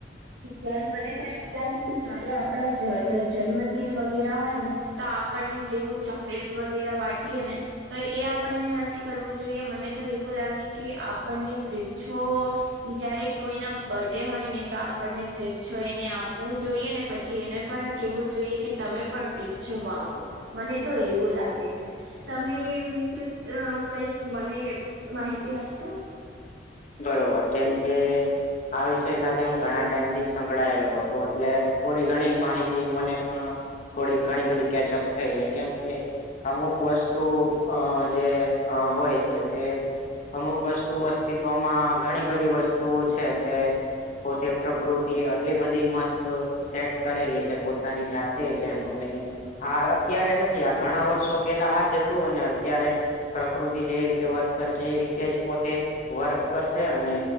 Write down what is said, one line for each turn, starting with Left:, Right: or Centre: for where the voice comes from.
Right: જ મને તો એવું લાગે કે જયારે આપણા જ જન્મદિન વગેરે હોય ને તો આપણને જેવું ચોકલેટ વગેરે વાટીએ ને તો એ આપણને નથી કરવું જોઈએ મને તો એવું લાગે કે આપણને વૃક્ષો જયારે કોઈના બર્ડે હોય ને તો આપણને વૃક્ષો એને આપવું જોઈએ ને પછી એને પણ કેવું જોઈએ કે તમે પણ વૃક્ષો વાવો મને તો એવું લાગે છે. તમે એ વિશે અ કંઈક મને માહિતી આપશો
Left: બરોબર કેમ કે આ વિષય સાથે હું ઘણા ટાઈમથી સંકળાયેલો હતો એટલે થોડી ઘણી માહિતી મને પણ થોડીક ઘણી બધી કેચઅપ થઈ છે કેમ કે અમુક વસ્તુ અ જે અ હોય છે તે અમુક વસ્તુ અસ્તિત્વમાં ઘણી બધી વસ્તુઓ છે તે પોતે પ્રકૃતિ આટલી બધી મસ્ત સેટ કરેલી છે પોતાની જાતે જ એમ અને આ અત્યારે નથી આ ઘણા વર્ષો પેલા આ જ હતું અને અત્યારે પ્રકૃતિ જે રીતે વર્ક કરશે એ રીતે જ પોતે વર્ક કરશે અને